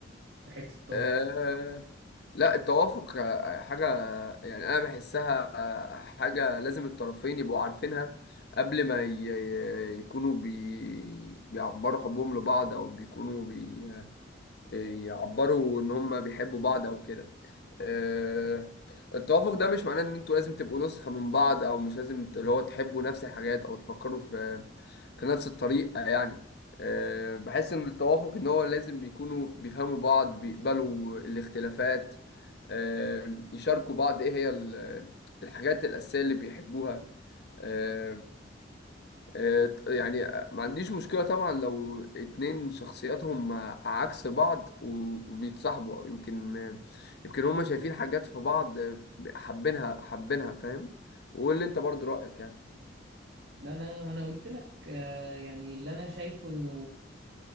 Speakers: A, on the right; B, on the left.
A: في حتة التوافق
B: آه لا التوافق آه، حاجة يعني أنا بحسها آه، حاجة لازم الطرفين يبقوا عارفينها قبل ما ي- ي- يكونوا بي... بيعبروا حبهم لبعض أو بيكونوا بي... يعبروا ان هم بيحبوا بعض او كده آه، التوافق ده مش معناه ان انتوا لازم تبقوا نسخة من بعض او مش لازم ت- اللي هو تحبوا نفس الحاجات او تفكروا في في نفس الطريقة يعني آه، بحس ان التوافق ان هو لازم يكونوا بيفهموا بعض بيقبلوا الاختلافات آه، يشاركوا بعض ايه هي ال- الحاجات الأساسية اللي بيحبوها آه، آه، يعني ما عنديش مشكلة طبعا لو اتنين شخصياتهم عكس بعض و- وبيتصاحبوا أو يمكن يمكن هما شايفين حاجات في بعض آه، حابينها حابينها فاهم وقول لي انت برضو رأيك يعني
A: ما انا ما انا قلت لك آه، يعني اللي انا شايفه انه